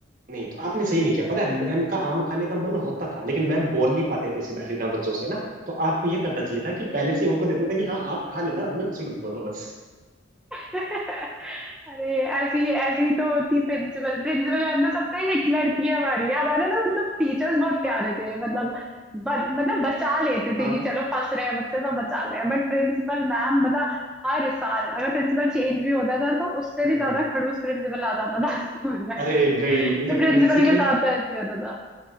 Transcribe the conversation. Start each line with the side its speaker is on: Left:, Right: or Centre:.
Right: नहीं तो आपने सही नहीं किया पता है मैम का आम खाने का मन होता था लेकिन मैम बोल नहीं पाते थे सीधा सीधा बच्चों से ना तो आपको ये करना चाहिए था कि पहले से ही उनको देते थे कि हाँ आप खा लेना हमें कुछ मत बोलो बस
Centre: <laughs> अरे ऐसी ऐसी तो होती प्रिंसिपल प्रिंसिपल मैम तो सबसे हिटलर थी हमारी हमारे ना मतलब टीचर्स बहुत प्यारे थे मतलब ब, मतलब बचा लेते
Right: हाँ
Centre: थे कि चलो फंस रहे हैं बच्चे तो बचा रहे हैं बट प्रिंसिपल मैम मतलब हर साल अगर प्रिंसिपल चेंज भी होता था तो उससे
Right: हाँ।
Centre: भी ज्यादा खड़ूस प्रिंसिपल आ जाता था स्कूल में
Right: अरे नहीं
Centre: तो
Right: ये
Centre: प्रिंसिपल
Right: प्रिंसिपल
Centre: के साथ तो ऐसे ही होता था